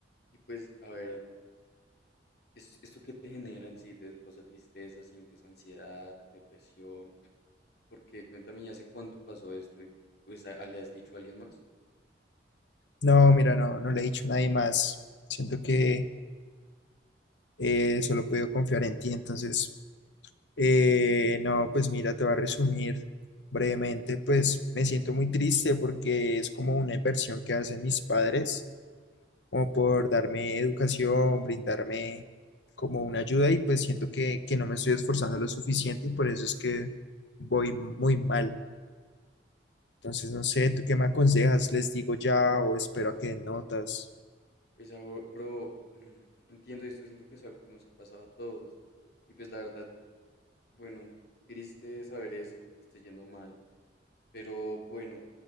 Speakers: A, on the left (about 60°); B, on the left (about 80°).
A: Y pues, a ver, es- ¿esto que te genera en sí? ¿Te causa tristeza? ¿Sientes ansiedad, depresión? Porque cuéntame, ¿y hace cuánto pasó esto? Y pues ¿a- a- le has dicho a alguien más.
B: no, mira, no, no le he dicho a nadie más. Siento que eh, solo puedo confiar en ti. Entonces, eh, no, pues mira, te voy a resumir brevemente. Pues me siento muy triste porque es como una inversión que hacen mis padres como por darme educación, brindarme como una ayuda y pues siento que, que no me estoy esforzando lo suficiente y por eso es que voy muy mal. Entonces, no sé, ¿tú qué me aconsejas? ¿Les digo ya o espero a que den notas?
A: Pues ah, bro, mm, entiendo esto, siento que es algo que nos ha pasado a todos. Y pues la verdad, bueno, triste saber eso, que te esté yendo mal. Pero bueno,